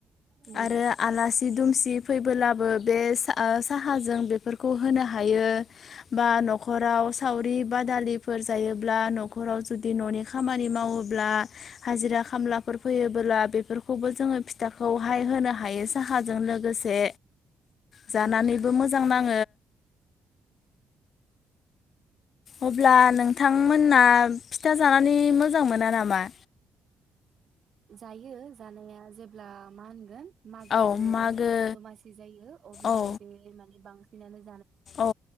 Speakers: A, on the right; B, on the left.
A: उम
B: आरो आलासि दुमसि फैबोब्लाबो बे आ साहाजों बेफोरखौ होनो हायो बा न'खराव सावरि बादालिफोर जायोब्ला न'खराव जु दि न'नि खामानि मावोब्ला हाजिरा खामलाफोर फैयोबोला बेफोरखौबो जोङो फिथाखौहाय होनो हायो साहाजों लोगोसे जानानैबो
A: औ
B: मोजां नाङो। अब्ला नोंथांमोनना फिथा जानानै मोजां मोना नामा?
A: जायो जानाया जेब्ला मा होनगोन। मागो
B: औ मागो
A: दमासि जायो अब्लाहाय
B: औ
A: बे माने बांसिन <unintelligible>
B: औ